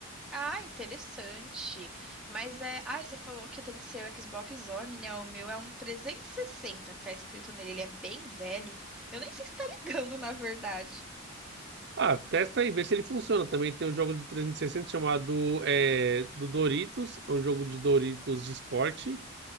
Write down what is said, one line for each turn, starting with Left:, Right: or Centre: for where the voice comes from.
Centre: Ah, interessante. Mas é. Ah, você falou que tem que ser o Xbox One, né? O meu é um 360 que tá escrito nele. Ele é bem velho. Eu nem sei se tá ligando, na verdade.
Right: Ah, testa aí, vê se ele funciona. Também tem um jogo do 360 chamado é, do Doritos, é um jogo de Doritos de esporte.